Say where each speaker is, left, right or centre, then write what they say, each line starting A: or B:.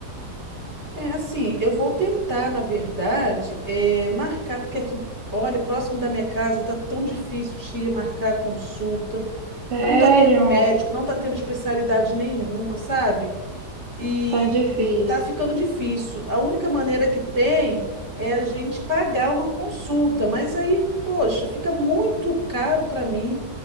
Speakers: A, on the right (about 40°); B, on the right (about 80°).
A: É assim, eu vou tentar, na verdade, é, marcar, porque aqui, olha, próximo da minha casa tá tão difícil de marcar consulta,
B: Sério,
A: não tá tendo médico, não tá tendo especialidade nenhuma, sabe? E
B: tá difícil.
A: tá ficando difícil. A única maneira que tem é a gente pagar uma consulta, mas aí, poxa, fica muito caro para mim